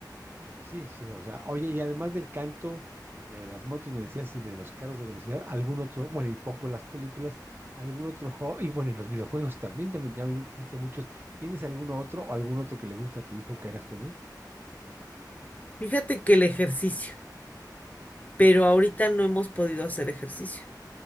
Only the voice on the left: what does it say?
Fíjate que el ejercicio, pero ahorita
no hemos podido hacer ejercicio.